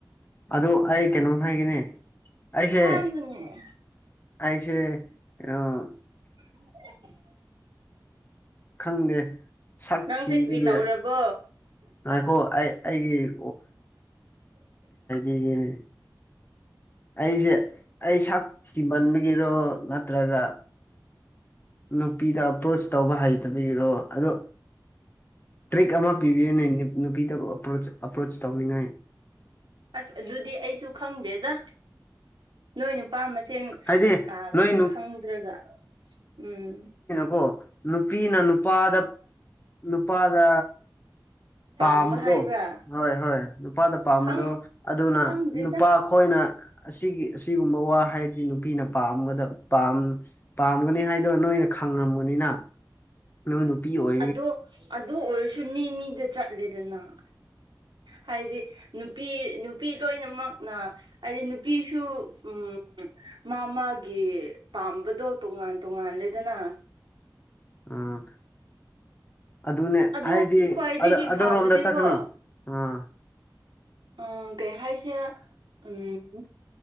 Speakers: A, on the left (about 25°); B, on the right (about 85°).
A: ꯑꯗꯨ ꯑꯩ ꯀꯩꯅꯣꯅ ꯍꯥꯏꯒꯅꯦ ꯑꯩꯁꯦ
B: ꯍꯥꯏꯕꯅꯦ
A: ꯑꯩꯥꯁꯦ <unintelligible>
B: <inaudible>
A: ꯈꯪꯗꯦ ꯁꯛ
B: ꯅꯪꯁꯦ
A: ꯊꯤꯕꯒꯤꯔ
B: ꯀꯔ꯭ꯤ ꯇꯧꯔꯕꯣ
A: ꯉꯥꯏꯈꯣ ꯑꯩ ꯑꯩꯒꯤ ꯑꯩ <unintelligible> ꯑꯩꯖꯦ ꯑꯩ ꯁꯛ ꯊꯤꯃꯟꯕꯒꯤꯔꯣ ꯅꯠꯇ꯭ꯔꯒ ꯅꯨꯄꯤꯗ ꯑꯄ꯭ꯔꯣꯁ ꯇꯧꯕ ꯍꯩꯇꯕꯤꯔꯣ ꯑꯗꯣ ꯇ꯭ꯔꯤꯛ ꯑꯃ ꯄꯤꯕꯤꯌꯨꯅꯦ ꯅꯨꯄꯤꯗꯕꯨ ꯑꯄ꯭ꯔꯣꯆ ꯑꯄ꯭ꯔꯣꯆ ꯇꯧꯅꯤꯡꯉꯥꯏ
B: ꯑꯁ ꯑꯗꯨꯗꯤ ꯑꯩꯁꯨ ꯈꯪꯗꯦꯗ ꯅꯣꯏ ꯅꯨꯄꯥꯥꯝꯃꯁꯦ ꯁꯦꯟ
A: ꯍꯥꯏꯗꯤ
B: ꯑꯥ
A: ꯅꯣꯏ
B: ꯈꯪꯗ꯭ꯔꯒ ꯎꯝ
A: ꯀꯣ ꯅꯨꯄꯤꯅ ꯅꯨꯄꯥꯗ ꯅꯨꯄꯥꯗ
B: ꯄꯥꯝꯕ
A: ꯄꯥꯝꯕꯗꯣ
B: ꯍꯥꯏꯕ꯭ꯔꯥ
A: ꯍꯣꯏ ꯍꯣꯏ ꯅꯨꯄꯥꯗ ꯄꯥꯝꯕꯗꯣ
B: ꯈꯪ
A: ꯑꯗꯨꯅ
B: ꯈꯪꯗꯦꯗ
A: ꯅꯨꯄꯥ ꯑꯩꯈꯣꯏꯅ ꯑꯁꯤꯒꯤ ꯑꯁꯤꯒꯨꯝꯕ ꯋꯥ ꯍꯥꯏ ꯑꯩ ꯅꯨꯄꯤꯅ ꯄꯥꯝꯒꯗ ꯄꯥꯝ ꯄꯥꯝꯒꯅꯤ ꯍꯥꯏꯗꯣ ꯅꯣꯏꯅ ꯈꯪꯉꯕꯅꯤꯅ ꯂꯣꯏ ꯅꯨꯄꯤ ꯑꯣꯏ
B: ꯑꯗꯣ ꯑꯗꯨ ꯑꯣꯏꯔꯁꯨ ꯃꯤ ꯃꯤꯗ ꯆꯠꯂꯦꯗꯅ ꯍꯥꯏꯗꯤ ꯅꯨꯄꯤ ꯅꯨꯄꯤ ꯂꯣꯏꯅꯃꯛꯅ ꯗꯤ ꯅꯨꯄꯤꯁꯨ ꯎꯝ ꯃꯥ ꯃꯥꯒꯤ ꯄꯥꯝꯕꯗꯣ ꯇꯣꯉꯥꯟ ꯇꯣꯉꯥꯜꯂꯦꯗꯅ
A: ꯎꯝ ꯑꯗꯨꯅꯦ
B: ꯑꯗꯨ
A: ꯍꯥꯏꯗꯤ
B: ꯈ꯭ꯋꯥꯏꯗꯒꯤ
A: ꯑꯗꯥ ꯑꯗꯔꯣꯝꯗ
B: ꯐꯕꯗꯤꯀꯣ
A: ꯆꯠꯀꯅꯣ ꯑꯥ
B: ꯑ ꯀꯩ ꯍꯥꯏꯁꯦꯔꯥ ꯎꯝ